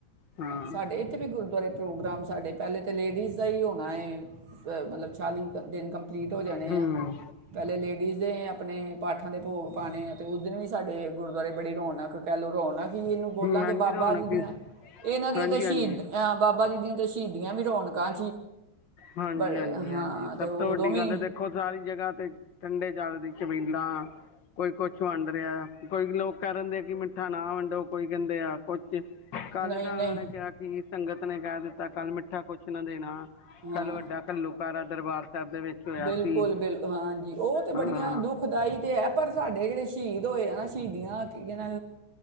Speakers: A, on the left (about 65°); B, on the right (about 85°).
A: ਹਾਂ
B: ਸਾਡੇ ਇੱਥੇ ਵੀ ਗੁਰਦੁਆਰੇ ਪ੍ਰੋਗਰਾਮ ਸਾਡੇ ਪਹਿਲੇ ਤਾਂ ਲੇਡੀਜ਼ ਦਾ ਹੀ ਹੋਣਾ ਹੈ, ਮਤਲਬ ਚਾਲੀ ਦਿਨ ਕੰਪਲੀਟ ਹੋ ਜਾਣੇ
A: ਹੂੰ
B: ਆ। ਪਹਿਲੇ ਲੇਡੀਜ਼ ਦੇ ਆਪਣੇ ਪਾਠਾਂ ਦੇ ਭੋਗ ਪਾਉਣੇ ਆ, ਤੇ ਉਸ ਦਿਨ ਵੀ ਸਾਡੇ ਗੁਰੂਦੁਆਰੇ ਬੜੀ ਰੌਣਕ ਕਹਿ ਲਉ, ਰੌਣਕ ਹੀ ਇਹਨੂੰ ਬੋਲਾਂਗੇ
A: ਹੂੰ, ਹਾਂਜੀ
B: ਬਾਬਾ
A: ਰੌਣਕ
B: ਜੀ ਦੀਆਂ
A: ਹੀ
B: ਇਹਨਾਂ ਦੀਆਂ
A: ਹਾਂਜੀ
B: ਤੇ ਸ਼ਹੀਦ
A: ਹਾਂਜੀ
B: ਬਾਬਾ ਜੀ ਦੀਆਂ ਤੇ ਸ਼ਹੀਦਾਂ ਇਹ ਵੀ ਰੌਣਕਾਂ
A: ਹਾਂਜੀ,
B: ਬੜੇ
A: ਹਾਂਜੀ
B: ਹਾਂ
A: ਹਾਂਜੀ,
B: ਤੇ
A: ਸਭ
B: ਉਦੋਂ
A: ਤੋਂ ਵੱਡੀ
B: ਵੀ
A: ਗੱਲ ਹੈ, ਦੇਖੋ ਸਾਰੀ ਜਗ੍ਹਾ ਠੰਡੇ ਜਲ ਦੀਆਂ ਛਬੀਲਾਂ ਕੋਈ ਕੁਛ ਵੰਡ ਰਿਹਾ। ਕੋਈ ਲੋਕ ਕਹਿ ਦਿੰਦੇ ਆ ਕਿ ਮਿੱਠਾ ਨਾ ਵੰਡੋ, ਕੋਈ ਕਹਿੰਦੇ ਆ ਕੋਈ ਅਤੇ ਕੱਲ੍ਹ
B: ਨਹੀਂ
A: ਦਾ
B: ਨਹੀਂ
A: ਉਹਨਾਂ ਨੇ ਕਿਹਾ ਕਿ ਸੰਗਤ ਨੇ ਕਹਿ ਦਿੱਤਾ, ਕੱਲ ਮਿੱਠਾ ਕੁਛ ਨਾ ਦੇਣਾ।
B: ਹਾਂ,
A: ਕੱਲ੍ਹ ਵੱਡਾ ਘੱਲੂਘਾਰਾ ਦਰਬਾਰ ਸਾਹਿਬ ਦੇ ਵਿੱਚ ਹੋਇਆ
B: ਬਿਲਕੁਲ
A: ਸੀ
B: ਬਿਲ ਹਾਂਜੀ, ਉਹ ਤੇ
A: ਹਾਂ
B: ਬੜੀਆਂ ਦੁਖਦਾਈ ਤੇ ਹੈ ਪਰ ਸਾਡੇ ਜਿਹੜੇ ਸ਼ਹੀਦ ਹੋਏ ਆ ਨਾ, ਸ਼ਹੀਦੀਆਂ ਜਿੰਨਾ